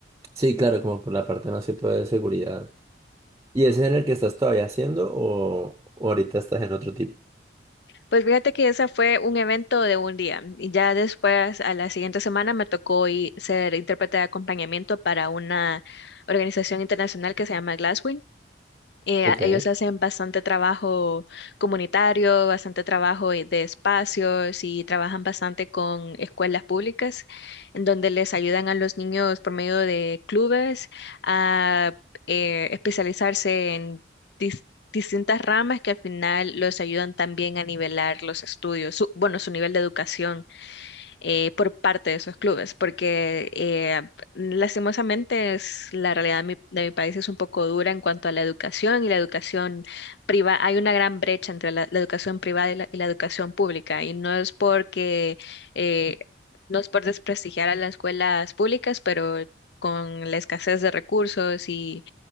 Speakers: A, on the right; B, on the left.
A: Sí, claro, como por la parte más que todo de seguridad. ¿Y ese es en el que estás todavía haciendo o o ahorita estás en otro tipo?
B: Pues fíjate que ese fue un evento de un día y ya después a la siguiente semana me tocó i- ser intérprete de acompañamiento para una organización internacional que se llama Glasswing Eh,
A: Ok.
B: ellos hacen bastante trabajo comunitario, bastante trabajo eh, de espacios y trabajan bastante con escuelas públicas, en donde les ayudan a los niños por medio de clubes a eh, especializarse en dis- distintas ramas que al final los ayudan también a nivelar los estudios, su- bueno, su nivel de educación eh, por parte de esos clubes, porque eh, lastimosamente es, la realidad de mi, de mi país es un poco dura en cuanto a la educación y la educación privada. Hay una gran brecha entre la, la educación privada y la, y la educación pública, y no es porque, eh, no es por desprestigiar a las escuelas públicas, pero con la escasez de recursos y